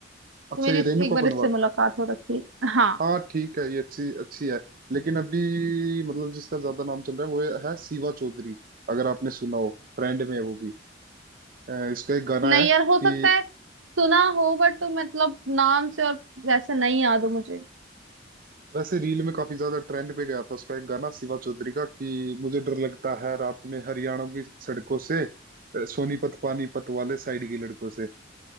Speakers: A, on the right; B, on the right.
A: अच्छा
B: तो मेरी
A: ये
B: इस-
A: रेणुका
B: एक बार
A: पनवार
B: इससे मुलाकात हो रखी हाँ
A: हाँ ठीक है ये अच्छी अच्छी है लेकिन अभी मतलब जिसका ज्यादा नाम चल रहा है वो है सीवा चौधरी अगर आपने सुना हो ट्रेंड में है वो भी अ, इसका एक गाना
B: नहीं
A: है कि
B: यार हो सकता है सुना हो बट तो मतलब नाम से और वैसे नहीं याद हो मुझे
A: वैसे रील में काफी ज्यादा ट्रेंड पे गया था उसका एक गाना सिवा चौधरी का कि मुझे डर लगता है रात में हरियाणा की सड़कों से अ, सोनीपत पानीपत वाले साइड की लड़कों से